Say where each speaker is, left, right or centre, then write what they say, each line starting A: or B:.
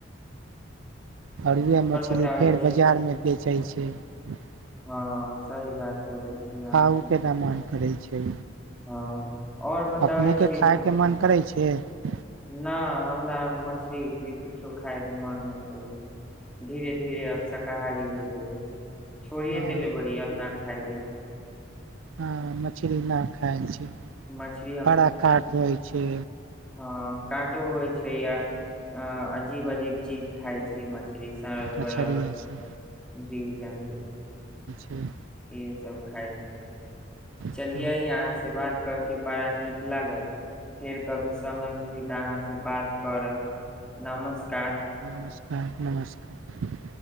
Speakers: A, on the right; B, in the centre.
A: और उहाए मछली
B: बताबै
A: फेर
B: छी
A: बजार में बेचै छै। <unintelligible>
B: हाँ सही बात बोलै छी अहाँके।
A: खाउ के न मन करै छै।
B: हाँ और बताबै
A: अपने
B: छी
A: के खाय
B: ने।
A: के <unintelligible>
B: न हमरा मछली उछली कुछो खाय मन ना करै छै, धीरे-धीरे अब शकाहारी हो जेबै। छोड़िये
A: हँ
B: देले बड़ी अब ना खायले।
A: हाँ मछरी ना खाय छी।
B: मछली
A: बड़ा काट होय छै।
B: हाँ काँटो होय छै या अ अजीब-अजीब चीज खाय छै मछरी सड़ल-गड़ल
A: मछरिया से
B: जीव-जन्तु।
A: हुं।
B: इहे सब खाय छै, चलिये
A: हाँ,
B: अहाँ से बात कर के बड़ा नीक लागल फेर कभी समय मिली ते अहाँ से बात करब नमस्कार।
A: नमस्कार, नमस्कार।